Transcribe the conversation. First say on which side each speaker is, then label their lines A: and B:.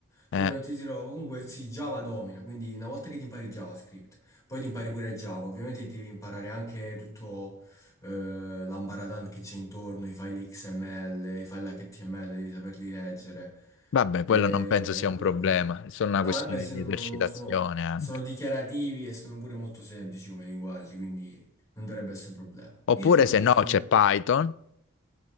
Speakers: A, on the left; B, on the left.
A: Eh,
B: Più o meno ti dirò, comunque sì, Java domina, quindi una volta che ti impari JavaScript, poi ti impari pure Java, ovviamente ti devi imparare anche tutto eh, l'ambaradan che c'è intorno, i file XML, i file HTML, devi saperli leggere.
A: vabbè,
B: Eh,
A: quello non penso sia un
B: però
A: problema,
B: quello...
A: è solo una
B: No,
A: questione
B: eh beh, sì,
A: di
B: sono,
A: esercitazione
B: sono-
A: anche.
B: sono dichiarativi e sono pure molto semplici come linguaggi, quindi non dovrebbe essere un problema.
A: Oppure
B: Io ti dico,
A: se no
B: ti
A: c'è Python,